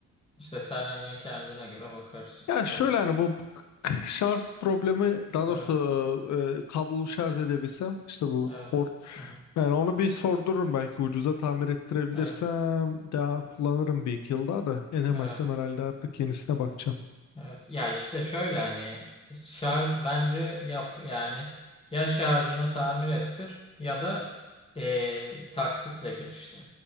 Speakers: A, on the left (about 20°); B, on the left (about 65°).
A: işte sen hani kendine göre bakarsın
B: Ya
A: tabii.
B: şöyle hani bu k- şarj problemi daha
A: Evet,
B: doğrusu e, e, kablolu şarj edebilsem işte bu
A: evet.
B: port
A: Aha,
B: yani onu bir sordururum belki ucuza tamir ettirebilirsem
A: evet,
B: daha kullanırım bir iki yıl daha da edemezsem
A: evet.
B: herhalde artık yenisine bakacağım.
A: Evet. Ya işte şöyle hani şarj bence yap yani ya şarjını tamir ettir ya da eee, taksitle gir işte.